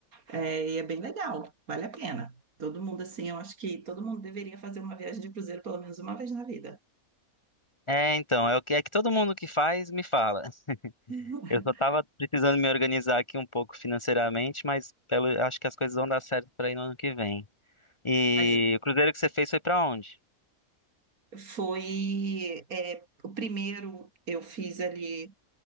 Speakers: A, on the right; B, on the left.
A: É, e é bem legal, vale a pena. Todo mundo, assim, eu acho que todo mundo deveria fazer uma viagem de cruzeiro pelo menos uma vez na vida.
B: É, então, é o que é que todo mundo que faz me fala.
A: <laughs>
B: Eu só tava precisando me organizar aqui um pouco financeiramente, mas pelo, acho que as coisas vão dar certo para ir no ano que vem. E
A: Mas
B: o cruzeiro que você fez foi para onde?
A: foi, é, o primeiro eu fiz ali